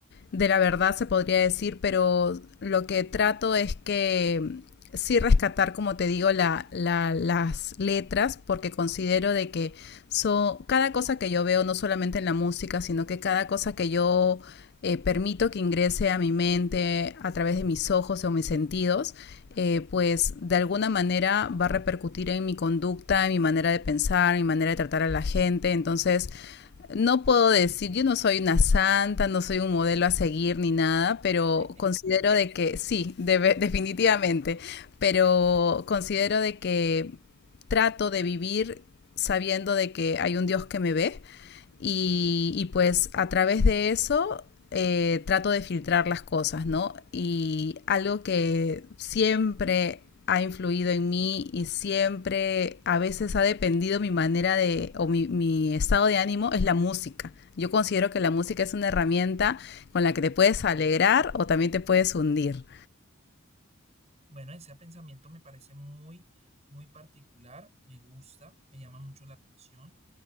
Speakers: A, on the left; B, on the right.
A: de la verdad se podría decir, pero lo que trato es que sí rescatar, como te digo, la, la, las letras, porque considero de que so, cada cosa que yo veo, no solamente en la música, sino que cada cosa que yo eh, permito que ingrese a mi mente a través de mis ojos o mis sentidos, eh, pues de alguna manera va a repercutir en mi conducta, en mi manera de pensar, en mi manera de tratar a la gente. Entonces, no puedo decir, yo no soy una santa, no soy un modelo a seguir ni nada, pero
B: <laughs>
A: considero de que sí, debe- <laughs> definitivamente, pero considero de que trato de vivir sabiendo de que hay un Dios que me ve y, y pues a través de eso eh, trato de filtrar las cosas, ¿no? Y algo que siempre ha influido en mí y siempre a veces ha dependido mi manera de o mi, mi, estado de ánimo es la música. Yo considero que la música es una herramienta con la que te puedes alegrar o también te puedes hundir.
B: Bueno, ese pensamiento me parece muy, muy particular, me gusta, me llama mucho la atención.